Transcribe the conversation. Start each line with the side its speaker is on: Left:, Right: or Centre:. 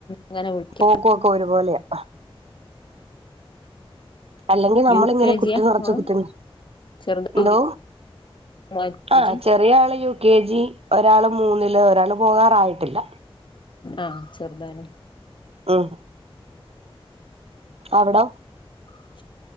Left: അങ്ങനെ വിളിക്കും
Right: പോക്കുക്കെ ഒരുപോലെയ- അല്ലെങ്കിൽ നമ്മളങ്ങനെ
Left: യു കെ
Right: കുത്തി
Left: ജിയാ
Right: നിറച്ച
Left: മോള്
Right: കുത്തി
Left: ചെറുത്
Right: എന്തോ?
Left: യു കെ
Right: ആഹ്
Left: ജി
Right: ചെറിയ ആള് യു കെ ജി ഒരാള് മൂന്നില് ഒരാള് പോകാറായിട്ടില്ല.
Left: ആഹ് ചെറുതാലെ
Right: ഉം അവ്ടം
Left: <unintelligible>